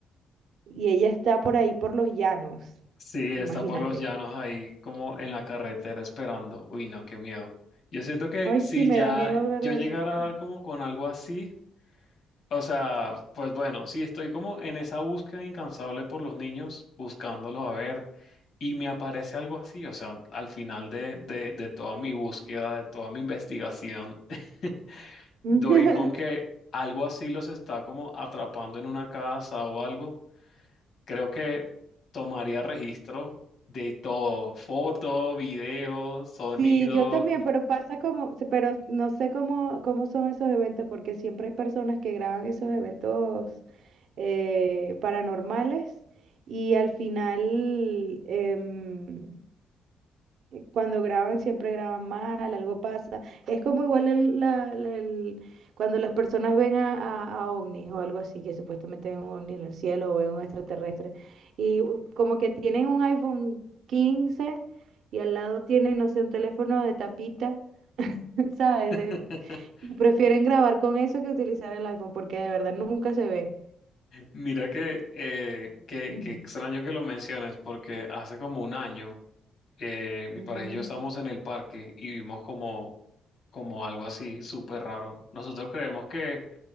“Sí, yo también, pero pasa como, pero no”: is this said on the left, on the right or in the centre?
Right